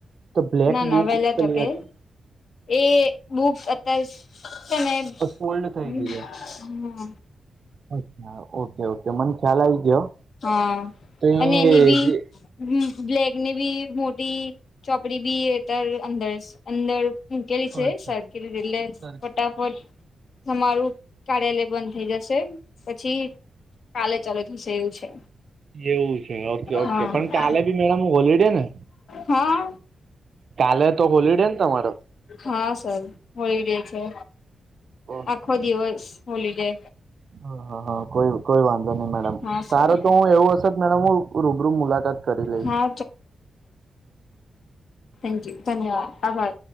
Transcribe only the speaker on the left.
ના
ના વેહેલા
તકે એ બુબ અત્યારે સમય
હમ
હમ
હા
અને એની
બી
હ બ્લેકની ભી મોટી ચોપડી ભી એત અંદર અંદર ઉકેલી છે
કેરી એટલે
ફટાફટ તમારું કાર્યાલય બંધ થઈ જશે પછી ચાલે ચાલો થશે એવું છે
હા
હા
હા સર હોલિડે છે
આખો દિવસ હોલિડે
હા સર
હા થેન્કયુ ધન્યવાદ આભા